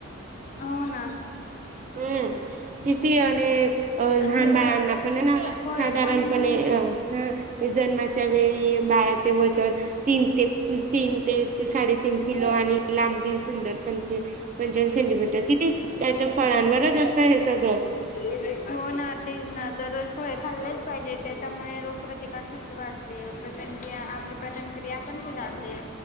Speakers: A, on the left; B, on the right.
A: <inaudible> हो ना.
B: हम्म. किती आणि अ लहान
A: आणि रो
B: बाळांना पणेना
A: फळे
B: साधारणपणे
A: पण
B: अ ह, ते जन्माच्या वेळी बाळाचे वचन तीन ते तीन ते साडेतीन किलो आणि लांबी सुंदर पंचा <unintelligible> सेंटीमीटर तीथे त्याच्या फळांवरच असतं हे सगळं.
A: हो ना, तेच ना. दर रोज फळे <unintelligible> खाल्लेच पाहिजे. त्या त्याच्यामुळे रोगप्रतिकारशक्ती वाढते. प्रचनक्रिया आपली पचनक्रिया पण सुधारते.